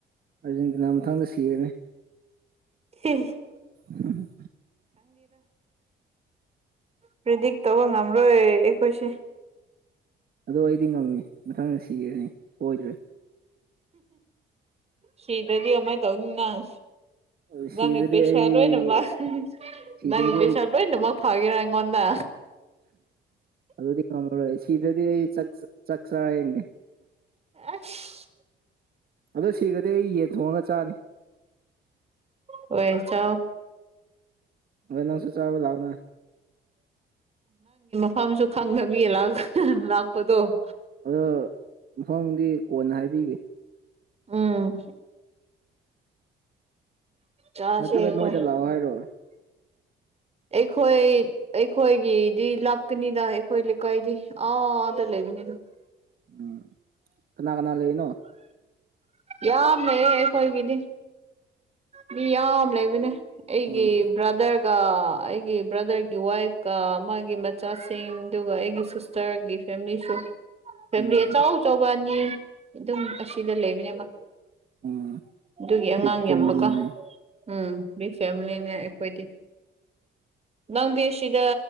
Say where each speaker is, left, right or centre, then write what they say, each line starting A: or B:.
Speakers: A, on the right; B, on the right.
A: ꯑꯥꯔꯖꯦꯟꯇꯤꯅꯥ ꯃꯊꯥꯡꯗ ꯁꯤꯔꯅꯤ
B: ꯍꯤ
A: ꯎꯝ
B: ꯄꯔꯤꯗꯛ ꯇꯧꯕ ꯉꯝꯔꯣꯢ ꯑꯩꯈꯣꯏꯁꯦ
A: ꯑꯗꯣ ꯑꯩꯗꯤ ꯉꯝꯃꯤ ꯃꯊꯪꯗ ꯁꯤꯔꯦꯅꯤ ꯁꯣꯏꯗ꯭ꯔꯦ
B: ꯁꯤꯕꯗꯤ ꯑꯃꯥꯏ ꯇꯧꯅꯤ ꯅꯪ
A: ꯁꯤꯗꯗꯤ
B: ꯅꯪꯒꯤ ꯄꯩꯁꯥ
A: ꯑꯩ
B: ꯂꯣꯏꯅꯃꯛ
A: ꯁꯤꯗ꯭ꯔꯗꯤ
B: ꯅꯪꯒꯤ ꯄꯩꯁꯥ
A: ꯑꯩ
B: ꯂꯣꯏꯅꯃꯛ ꯊꯥꯒꯦꯔ ꯑꯩꯉꯣꯟꯗ
A: ꯑꯗꯨꯗꯤ ꯀꯝꯃꯔꯣꯏ ꯁꯤꯗ꯭ꯔꯗꯤ ꯑꯩ ꯆꯥꯛ ꯆꯥꯔꯥ ꯌꯦꯡꯒꯦ
B: ꯑꯁ
A: ꯑꯗꯣ ꯁꯤꯈꯗꯤ ꯑꯩ ꯌꯦꯟ ꯊꯣꯡꯉꯒ ꯆꯥꯅꯤ
B: ꯍꯣꯏ ꯆꯥꯎ
A: ꯍꯣꯢ ꯅꯪꯁꯨ ꯆꯥꯕ ꯂꯥꯎꯅ
B: ꯈꯪꯁꯨ ꯈꯪꯗꯕꯤꯌꯦ ꯂꯥꯎ ꯀꯥꯢꯅ ꯂꯛꯄꯗꯣ
A: ꯑꯗꯣ ꯃꯐꯝꯗꯤ ꯀꯣꯟꯅ ꯍꯥꯏꯕꯤꯒꯦ
B: ꯎꯝ ꯆꯥꯁꯦ
A: ꯅꯠꯇ꯭ꯔꯒ
B: ꯑꯩꯈꯣꯏ
A: ꯅꯣꯏꯗ ꯂꯥꯛꯑꯣ ꯍꯥꯏꯔꯣ
B: ꯑꯩꯈꯣꯏ ꯑꯩꯈꯣꯏꯒꯤꯗꯤ ꯂꯥꯞꯀꯅꯤꯗ ꯑꯩꯈꯣꯏ ꯂꯩꯀꯥꯏꯗꯤ ꯑꯥꯗ ꯂꯩ ꯕꯅꯤꯗ
A: ꯎꯝ ꯀꯅꯥ ꯀꯅꯥ ꯂꯩꯔꯤꯅꯣ
B: ꯌꯥꯝ ꯂꯩꯌꯦ ꯑꯩꯈꯣꯏ ꯒꯤꯗꯤ ꯃꯤ ꯌꯥꯝ ꯂꯩꯕꯅꯦ ꯑꯩꯒꯤ
A: ꯑꯣ
B: ꯕ꯭ꯔꯗꯔꯒ ꯑꯩꯒꯤ ꯕ꯭ꯔꯗꯔꯒꯤ ꯋꯥꯏꯐꯀ ꯃꯥꯒꯤ ꯃꯆꯥꯁꯤꯡ ꯑꯗꯨꯒ ꯑꯩꯒꯤ ꯁꯤꯁꯇꯔꯒꯤ ꯐꯦꯃꯤꯂꯤꯁꯨ ꯐꯦꯃꯤꯂꯤ
A: ꯎꯝ
B: ꯑꯆꯧ ꯑꯆꯧꯕ ꯑꯅꯤ ꯑꯗꯨꯝ ꯑꯁꯤꯗ ꯂꯩꯕꯅꯦꯕ
A: ꯎꯝ
B: ꯑꯗꯨꯒꯤ ꯑꯉꯥꯡ
A: ꯕꯤꯛ ꯐꯦꯃꯤꯂꯤꯅꯦ
B: ꯌꯕꯀꯣ ꯎꯝ ꯕꯤꯛ ꯐꯦꯃꯤꯂꯤ ꯑꯩꯈꯣꯏꯗꯤ
A: <inaudible>
B: ꯅꯪꯗꯤ ꯁꯤꯗ